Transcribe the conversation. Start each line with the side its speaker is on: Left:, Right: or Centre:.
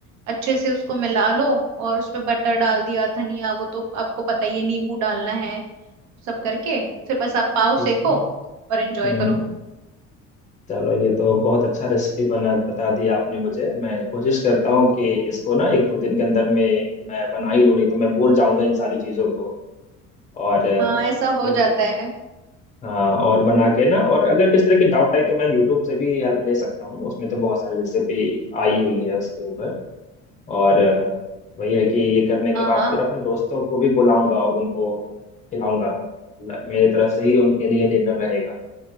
Right: अच्छे से उसको मिला लो और उसमें बटर डाल दिया धनिया वो तो आपको पता ही है नींबू डालना है सब करके फिर बस आप पाव
Left: ठीक
Right: सेको
Left: है
Right: और एंजॉय
Left: हम्म
Right: करो
Left: चलो ये तो बहुत अच्छा रेसिपी बना बता दी आपने मुझे मैं कोशिश करता हूँ कि इसको ना एक दो दिन के अंदर में मैं बना ही लूँ नहीं तो मैं भूल जाऊंगा इन सारी चीज़ों को और अ,
Right: हाँ ऐसा हो
Left: फिर
Right: जाता है
Left: हाँ और बना के ना और अगर किस तरह की डाउट आई तो मैं यूट्यूब से भी हेल्प ले सकता हूँ उसमें तो बहुत सारी रेसिपी आई हुई है उसके ऊपर और अ, वही है कि ये करने के
Right: हाँ
Left: बाद
Right: हाँ
Left: फिर अपने दोस्तों को भी बुलाऊंगा और उनको खिलाऊंगा ल- मेरे तरफ से ही उनके लिए डिनर रहेगा